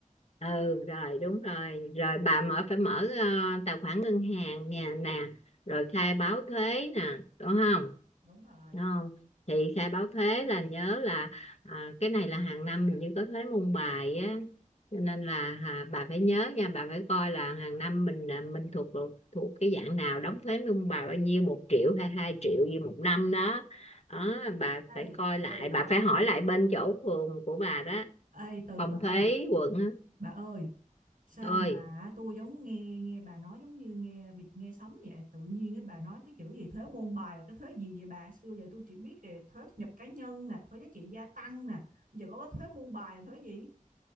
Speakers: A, on the left; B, on the right.
A: ừ rồi đúng rồi rồi bà mở phải mở ờ, tài khoản ngân hàng nè nè rồi khai báo thuế nè đúng không
B: Đúng rồi.
A: đúng không thì khai báo thuế là nhớ là à, cái này là hàng năm mình như có thuế môn bài á cho nên là à, bà phải nhớ nha bà phải coi là hàng năm mình à, mình thuộc thuộc thuộc cái dạng nào đóng thuế môn bài bao nhiêu một triệu hay hai triệu gì một năm đó đó bà phải
B: Ê
A: coi lại
B: từ bà
A: bà
B: ơi.
A: phải hỏi lại bên chỗ phường của bà đó
B: Ê từ
A: phòng
B: bà
A: thuế
B: ơi,
A: quận á.
B: bà ơi, Sao
A: ôi
B: mà tôi giống nghe nghe bà nói giống như nghe vịt nghe sấm vậy? Tự nhiên cái bà nói cái chữ gì thuế môn bài là cái thuế gì vậy bà? Xưa giờ tôi chỉ biết về thuế thu nhập cá nhân nè, thuế giá trị gia tăng nè, giờ có cái thuế môn bài là thuế gì?